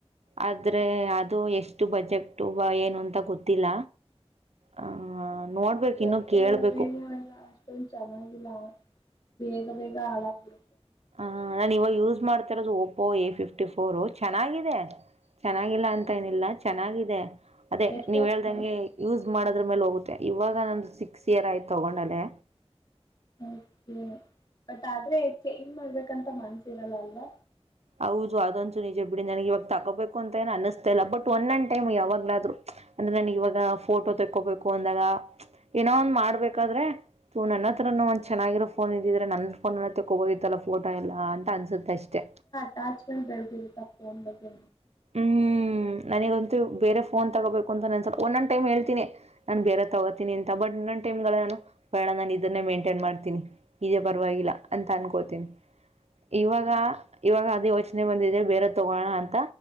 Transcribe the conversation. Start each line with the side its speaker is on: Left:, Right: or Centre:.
Right: ಆದ್ರೆ ಅದು ಎಷ್ಟ ಷ್ಟು ಬಜೆಕ್ಟ್ ಏನು ಅಂತ ಗೊತ್ತಿಲ್ಲ ಆ ನೋಡ್ಬೇಕು ಇನ್ನೂ
Left: ಓಪ್ಪೋ
Right: ಕೇಳಬೇಕು
Left: ವಿವೋ ಎಲ್ಲ ಅಷ್ಟೊ ಚೆನ್ನಾಗಿಲ್ಲಾ ಬೇಗ ಬೇಗ ಆಳಾಗ್ಬಿಡುತೆ
Right: ಹಂ ನಾನು ಇವಾಗ ಯೂಸ್ ಮಾಡ್ತಿರೋದು ಓಪ್ಪೋ ಎ ಫಿಫ್ಟಿ ಫೋರು ಚೆನ್ನಾಗಿದೆ ಚೆನ್ನಾಗಿಲ್ಲ ಅಂತ ಏನಿಲ್ಲ ಚೆನ್ನಾಗಿದೆ ಅದೇ
Left: ಎಷ್ಟು
Right: ನೀವ್
Left: ವರ್ಷ
Right: ಹೇಳ್ದಂಗೆ
Left: ಆಯಿತು
Right: ಯೂಸ್ ಮಾಡದ ಅದ್ರ ಮೇಲೆ ಹೋಗುತ್ತೆ ಇವಾಗ ನಂದು ಸಿಕ್ಸ್ ಇಯರ್ ಆಯ್ತು ತಗೊಂಡಲ್ಲೇ
Left: ಓಕೆ ಬಟ್ ಆದ್ರೆ ಚೇಂಜ್ ಮಾಡಬೇಕ್ ಅಕಂತ ಮನ್ಸ ಇರಲ್ಲ ಅಲ್ವಾ
Right: ಹೌದು ಅದೊಂದುಸು ನಿಜ ಬಿಡಿ ನನಗ್ ಇವಾಗ ತಗೋಬೇಕು ಅಂತ ಏ ಅನಿಸ್ತಾ ಇಲ್ಲ ಬಟ್ ಒನ್ ಒನ್ ಟೈಮ್ ಯಾವಾಗ್ಲಾದ್ರು ಅಂದ್ರೆ ನನ್ ಇವಾಗ ಫೋಟೋ ತಕ್ಕೋಬೇಕು ಅಂದಾಗ ಏನೋ ಒಂದ್ ಮಾಡ್ಬೇಕಾದ್ರೆ ನನ್ನ ಹತ್ರನು ಒಂದ ಚೆನ್ನಾಗಿರೋ ಫೋನ್ ಇದಿದ್ರೆ ನನ್ ಫೋನ್ ತಕೋಬೋದಿತ್ತಲ್ಲ ಫೋಟೋ ಎಲ್ಲಾ ಚನ್ಸುತ್ತೆ <unintelligible> ಅಷ್ಟೇ
Left: ಟಾಚ್ ಗಳು ಬೆಳೆದಿರುತ್ತ ಫೋನ್ ಬಗ್ಗೆ
Right: ಹ್ಮ್ ನನಗಂತು ಬೇರೆ ಫೋನ್ ತಗೋಬೇಕು ಅಂತಾನೇಣ್ಸಲ್ಲ ಒನ್ ಒಂದ್ ಟೈಮ್ ಹೇಳ್ತೀನಿ ನಾನ್ ಬೇರೆ ತಗೋತೀನಿ ಅಂತ ಬಟ್ <unintelligible> ಟೈಮ್ಗಳ ನಾನು ಬಹಳ ನಾನು ಇದನ್ನ ಮೇಂಟೈನ್ ಮಾಡ್ತೀನಿ ಇದೇ ಪರವಾಗಿಲ್ಲ ಅಂತ ಅನ್ಕೋತೀನಿ ಇವಾಗ ಇವಾಗ ಅದ ಯೋಚನೆ ಬಂದಿದೆ ಬೇರೆ ತಗೋಣ ಅಂತ